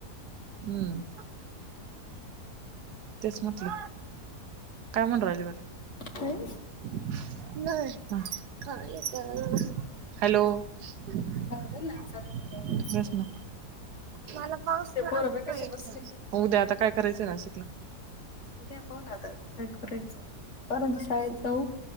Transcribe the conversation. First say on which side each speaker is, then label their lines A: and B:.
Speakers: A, on the right; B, on the left.
A: हम्म. तेच म्हटलं काय म्हनू रायली बगा.
B: काय?
A: नाई का काय खाल. हॅलो बस
B: बोल ना चालेल फोन
A: ना. मला पाऊस
B: ते
A: लागतोय
B: पोरं बघ कशे बसले.
A: उद्या आता काय करायचंय नाशिकला?
B: उद्या पाहू ना आता काय करायचं परंतु शाळेत जाऊ.